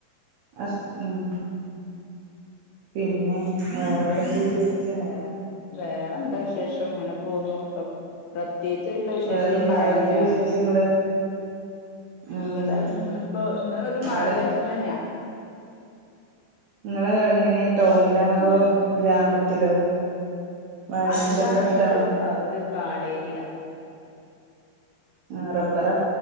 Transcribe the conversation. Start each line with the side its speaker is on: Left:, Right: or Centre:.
Right: അസ് ഉം പിന്നെ, വേറെന്തക്കെ വിശേഷിച്ച്
Left: ഏഹ് വേറെന്താ വിശേഷം അങ്ങനെ പോന്നു അപ്പൊ പ്രത്യേകിച്ച്ള്ള വിശേഷം
Right: വേറെന്താ
Left: ഈ മഴ
Right: അവിടൊക്കെ
Left: തന്നെയാണ്.
Right: വിശേഷങ്ങള് ഉം
Left: ഇവിടെ ഇന്നിപ്പോ ഇന്ന് ഒരു
Right: അവിടെ,
Left: മഴ ദിവസം തന്നെയാ
Right: നിങ്ങളെ
Left: ഉം
Right: എങ്ങനെ ടൗണിലാണതോ ഗ്രാമത്തിലോ വയലിന്റെ
Left: അല്ലാന്നേ
Right: ഒക്കെ അടുത്താണോ
Left: ഇതൊരു ഒരു കാടേരിയ,
Right: ആറപ്പറ